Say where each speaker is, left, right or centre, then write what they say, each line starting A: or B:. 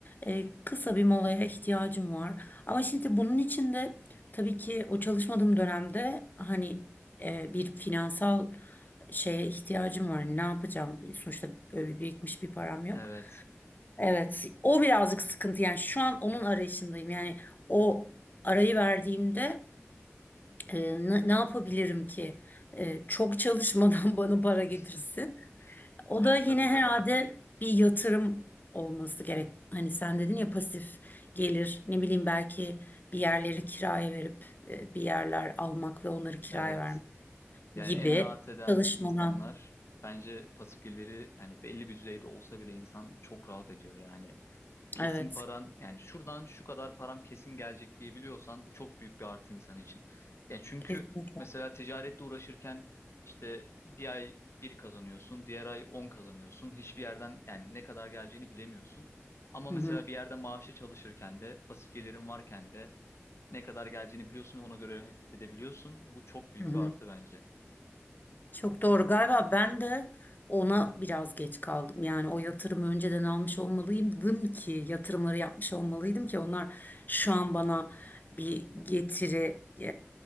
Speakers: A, on the left; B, on the left.
A: e, kısa bir molaya ihtiyacım var. Ama şimdi bunun için de tabii ki o çalışmadığım dönemde hani e, bir finansal şeye ihtiyacım var. Ne yapacağım? Sonuçta öyle birikmiş bir param yok.
B: Evet.
A: Evet, o birazcık sıkıntı. Yani şu an onun arayışındayım. Yani o arayı verdiğimde e, ne, ne yapabilirim ki? E, çok çalışmadan <laughs> bana para
B: <laughs>
A: getirsin. O
B: Ya
A: da yine
B: tabii
A: herhalde
B: ki.
A: bir yatırım olması gerek. Hani sen dedin ya pasif gelir. Ne bileyim belki bir yerleri kiraya verip e, bir yerler almak ve onları kiraya
B: Evet.
A: vermek
B: Yani
A: gibi
B: en rahat eden
A: çalışmadan.
B: insanlar bence pasif geliri yani belli bir düzeyde olsa bile insan çok rahat ediyor yani. kesin
A: Evet,
B: paran yani şuradan şu kadar param kesin gelecek diyebiliyorsan bu çok büyük bir artı insan için. Yani çünkü
A: kesinlikle.
B: mesela ticaretle uğraşırken işte bir ay bir kazanıyorsun, diğer ay 10 kazanıyorsun. Hiçbir yerden yani ne kadar geleceğini bilemiyorsun. Ama
A: Hı
B: mesela
A: hı.
B: bir yerde maaşı çalışırken de pasif gelirin varken de ne kadar geleceğini biliyorsun ve ona göre hareket edebiliyorsun. Bu çok büyük
A: Hı hı.
B: bir artı bence.
A: Çok doğru. Galiba ben de ona biraz geç kaldım. Yani o yatırımı önceden almış olmalıydım ki yatırımları yapmış olmalıydım ki onlar şu an bana bir getiri e,